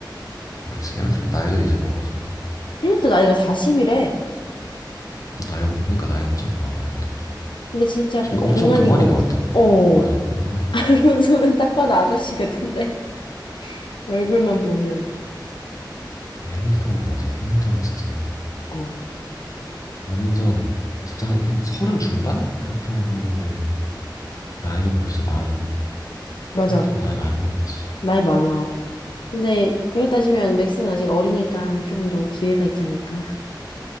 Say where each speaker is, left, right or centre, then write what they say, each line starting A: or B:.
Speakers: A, on the left (about 45°); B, on the left (about 85°).
A: 그렇지 해밀턴 나이도 이제 먹어서
B: 해밀턴 나이가 40이래.
A: 나이 엄- 그러니까 나이 엄청 많아 해밀턴도
B: 근데 진짜
A: 좀
B: 그
A: 엄청
B: 동안인
A: 동안인
B: 것
A: 것
B: 같아.
A: 같다
B: 어.
A: 맞아 얼굴이
B: <laughs> 알론소는 딱 봐도 아저씨 같은데. <laughs> 얼굴만 보면.
A: 근데 해밀턴은 맞아 해밀턴은 진짜
B: 어.
A: 완전 진짜 한, 한 서른 중반 같아 보이는데 나이는 벌써 마흔.
B: 맞아.
A: 일단 나이 많이 먹었지.
B: 나이 많아. 근데 그렇게 따지면 맥스는 아직 어리니까 조금 더 기회가 있지 않을까? <laughs>